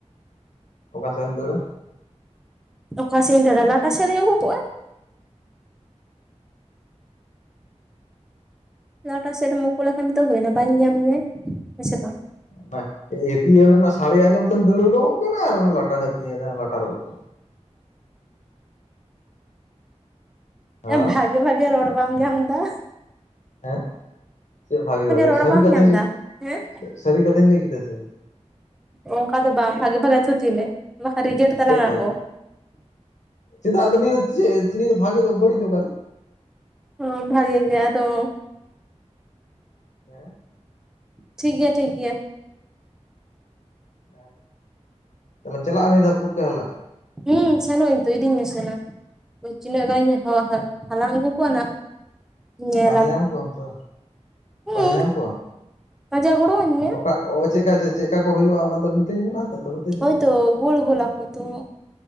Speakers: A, on the left (about 80°); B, in the centre.
A: ᱚᱠᱟ ᱥᱮᱫ ᱮᱢ ᱫᱟᱹᱲᱟ?
B: ᱚᱠᱟ ᱥᱮᱫ ᱤᱧ ᱫᱟᱹᱲᱟ ᱞᱟᱴᱟ ᱥᱮᱫ ᱨᱤᱧ ᱳᱠᱳ ᱠᱚᱜᱼᱟ᱾ ᱞᱟᱴᱟ ᱥᱮᱫ ᱨᱮᱢ ᱩᱠᱩ ᱞᱮᱠᱷᱟᱱ ᱜᱮᱛᱚ ᱦᱩᱭᱱᱟ, ᱵᱟᱭ ᱧᱮ-ᱧᱟᱢ ᱢᱮᱭᱟᱭ, ᱦᱮᱸᱥᱮ ᱵᱟᱝ?
A: ᱵᱟᱦ ᱮᱴᱤᱭᱮᱢ ᱨᱮᱱᱟᱜ ᱥᱟᱹᱲᱤ ᱟᱸᱡᱚᱢ ᱛᱮᱢ ᱫᱟᱹᱲ ᱩᱰᱩᱠᱚᱜ ᱠᱟᱱᱟ ᱟᱨ ᱩᱱᱤ ᱞᱟᱴᱟ ᱦᱟᱹᱛᱤ ᱧᱮᱞᱛᱮ ᱞᱟᱴᱟ ᱨᱮᱢ ᱳᱠᱳᱱ᱾
B: ᱮ ᱵᱷᱟᱜᱮ
A: ᱦᱮᱸ
B: ᱵᱷᱟᱜᱮ ᱨᱚᱲ ᱵᱟᱢ ᱧᱟᱢ ᱫᱟ?
A: ᱦᱮᱸ ᱪᱮᱫ ᱵᱷᱟᱜᱮ ᱵᱷᱟᱜᱮ
B: ᱨᱚᱲ
A: ᱥᱟᱹᱨᱤ
B: ᱵᱟᱢ
A: ᱠᱟᱛᱷᱟᱧ
B: ᱧᱟᱢ ᱮᱫᱟ
A: ᱞᱟᱹᱭ ᱠᱮᱫᱟ,
B: ᱦᱮᱸ
A: ᱥᱟᱹᱨᱤ ᱠᱟᱛᱷᱟᱧ ᱞᱟᱹᱭ ᱠᱮᱫᱟ ᱥᱮ᱾
B: ᱚᱱᱠᱟ ᱫᱚ ᱵᱟᱝ ᱵᱷᱟᱜᱮ ᱵᱷᱟᱜᱮ ᱛᱷᱩᱛᱤ ᱢᱮ ᱵᱟᱠᱷᱟᱱ ᱨᱤᱡᱮᱴ ᱛᱟᱞᱟᱝ
A: ᱪᱮᱫ ᱵᱷᱟᱜᱮ
B: ᱟᱠᱚ᱾
A: ᱪᱮᱫᱟᱜ ᱟᱫᱚ ᱱᱤᱭᱟᱹ ᱫᱚ ᱪᱮᱫ ᱱᱤᱭᱟᱹ ᱫᱚ ᱵᱷᱟᱜᱮ ᱫᱚ ᱵᱟᱹᱲᱤᱡ ᱫᱚ ᱚᱠᱟᱨᱮ?
B: ᱚᱸ ᱵᱷᱟᱜᱮ ᱜᱮ ᱟᱫᱚ᱾
A: ᱦᱮᱸ
B: ᱴᱷᱤᱠ ᱜᱤᱭᱟ ᱴᱷᱤᱠ ᱜᱤᱭᱟ᱾
A: ᱛᱟᱦᱚᱞᱮ ᱛᱟᱦᱚᱞᱮᱢ ᱪᱟᱞᱟᱜᱼᱟ ᱱᱤᱭᱟᱹ ᱫᱷᱟᱣ ᱯᱩᱴᱠᱟᱹ ᱦᱟᱞᱟᱝ?
B: ᱦᱩᱸ ᱥᱮᱱᱚᱜ ᱤᱧ ᱛᱚ ᱤᱫᱤᱧ ᱢᱮᱥᱮᱱᱟ᱾ ᱛᱤᱱᱟᱹᱜ ᱜᱟᱱᱤᱧ ᱦᱚ ᱦᱟ ᱦᱟᱞᱟᱝ ᱟᱹᱜᱩ ᱠᱚᱣᱟ ᱱᱟᱜ᱾ ᱧᱮᱞᱟᱢ,
A: ᱯᱟᱸᱡᱟ ᱧᱟᱢ ᱠᱚᱣᱟᱢ ᱛᱚ
B: ᱦᱩᱸ
A: ᱯᱟᱸᱡᱟ ᱧᱟᱢ ᱠᱚᱣᱟᱢ
B: ᱯᱟᱸᱡᱟ ᱜᱚᱲᱚ ᱟᱹᱧ ᱢᱮ᱾
A: ᱚᱠᱟ ᱚ ᱪᱮᱫᱠᱟ ᱪᱮᱫ ᱪᱮᱫᱠᱟ ᱠᱚ ᱦᱩᱭᱩᱜᱼᱟ ᱚᱱᱟ ᱫᱚ ᱢᱤᱛᱟᱹᱧ ᱞᱟᱦᱟᱛᱮ᱾ ᱛᱚᱵᱮ ᱛᱚᱧ
B: ᱦᱳᱭ ᱛᱚ ᱜᱩᱞ ᱜᱩᱞ ᱟᱠᱩ ᱛᱚ᱾